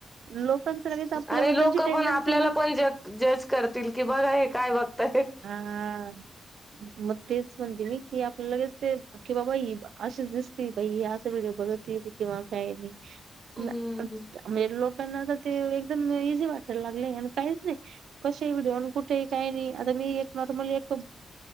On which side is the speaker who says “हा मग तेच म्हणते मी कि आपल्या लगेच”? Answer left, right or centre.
Right